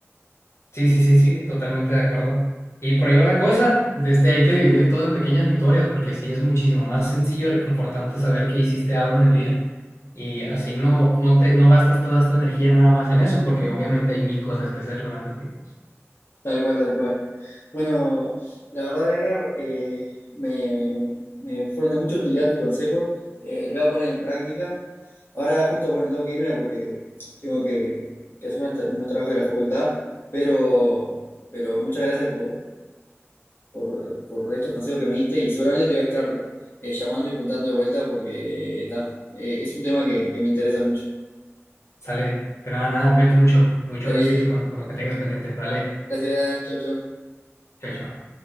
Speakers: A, on the left (about 70°); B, on the left (about 45°).
A: sí, sí, sí, sí, totalmente de acuerdo. Y por ahí va la cosa, desde hay que dividir todo en pequeñas victorias, porque así es muchísimo más sencillo y reconfortante saber que hiciste algo en el día. Y así no, no te, no gastas toda tu energía nada más en eso, porque obviamente hay mil cosas que hacer durante el día.
B: Tal cual, tal cual. Bueno, la verdad, Edgar, eh, me, me fueron de mucha utilidad tus consejos. Eh, los voy a poner en práctica. Ahora justo, bueno, tengo que irme porque tengo que, que hacer unos, tra- unos trabajos de la facultad, pero, pero muchas gracias por por, por estos consejos que me diste y seguramente te voy a estar eh, llamando y preguntando de vuelta porque ta, eh, es un tema que, que me interesa mucho.
A: Sale, de nada, nada, cuídate mucho, mucho
B: Dale,
A: éxito con, con lo que tengas pendiente. Dale,
B: gracias, chau, chau.
A: chao, chao.